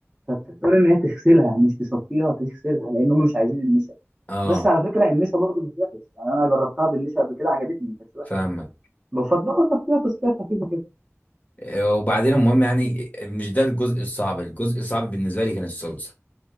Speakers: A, on the right; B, on the left.
A: فبتضطر ان هي تغسلها مش تصفيها تغسلها لان هم مش عايزين النشا
B: أه
A: بس على فكره النشا برضه مش وحش يعني انا جربتها بالنشا قبل كده عجبتني ما كانتش وحشه
B: فاهمك
A: بفضل اصفيها تصفيه خفيفه كده
B: آه، وبعدين المهم يعني مش ده الجزء الصعب الجزء الصعب بالنسبة لي كان الصلصة